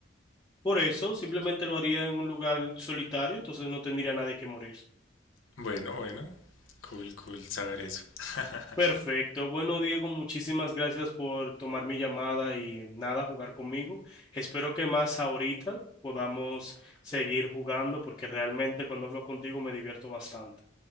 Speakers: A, on the left; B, on the left.
A: Por eso, simplemente lo haría en un lugar solitario, entonces no tendría nadie que morir.
B: Bueno, bueno, cool, cool saber eso. <laughs>
A: Perfecto. Bueno, Diego, muchísimas gracias por tomar mi llamada y nada, jugar conmigo. Espero que más ahorita podamos seguir jugando porque realmente cuando hablo contigo me divierto bastante.